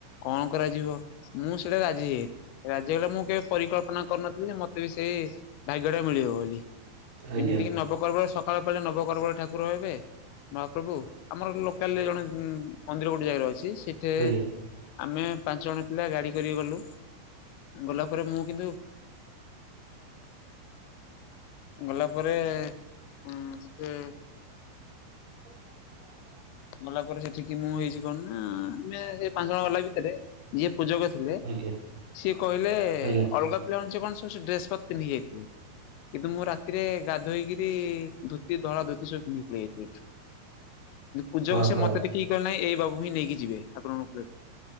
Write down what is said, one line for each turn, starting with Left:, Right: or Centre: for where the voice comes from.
Left: କଣ କରାଯିବ, ମୁଁ ସେଇଟା ରାଜି ଯାଇଥିଲି ରାଜି ହେଗଲା ମୁଁ କେ ପରିକଳ୍ପନା କରୁନଥିଲଥିଲେ ଯେ ମତେ ବି ସେ ଭାଗ୍ୟ ଟା ମିଳିବ ବୋଲି
Right: ଆଜ୍ଞା
Left: ଏମିତି କି ନବକଳେବର ସକାଳ ପା ନବକରବଳେ ଠାକୁର ହେବେ ମହାପ୍ରଭୁ। ଆମର ଲୋକାଲ ଜଣେ ମନ୍ଦିର ଗୋଟେ ଜାଗାରେ ର ଅଛି ସେଇଠି
Right: ଆଜ୍ଞା।
Left: ଆମେ ପାଞ୍ଚ ଜଣ ପିଲା ଗାଡି କରିକି ଗଲୁ ଗଲା ପରେ ମୁଁ କିନ୍ତୁ ଗଲା ପରେ ଉ ସେ
Right: ହ।
Left: ଗଲା ପରେ ସେଠିକି ମୁଁ ହେଇଛି କଣ ନା ଆମେ ସେ ପାଞ୍ଚ ଜଣ ଗଲା ଭିତରେ। ଯିଏ ପୂଜକ ଥିଲେ
Right: ଆଜ୍ଞା
Left: ସିଏ କହିଲେ
Right: ଆଜ୍ଞା
Left: ଅଲଗା ଲଞ୍ଚ କଣ ସବୁ ଡ୍ରେସ୍ ପତ ପିନ୍ଧି ଯାଇଥିଲେ। କିନ୍ତୁ ମୁଁ ରାତିରେ ଗାଧୋଇକିରି ଧୋତି ଧଳା ଧୋତି ସବୁ ପିନ୍ଧି ପଳେଇଆଇଥିଲୀ। ପୂଜକ
Right: ହଁ
Left: ସେ
Right: ହଁ
Left: ମତେ ଦେଖିକି କଲେ ନାଇଁ ଏଇ ବାବୁ ହିଁ ନେଇକି ଯିବେ ଠାକୁର ଙ୍କ ଫୁଲ ଦେ।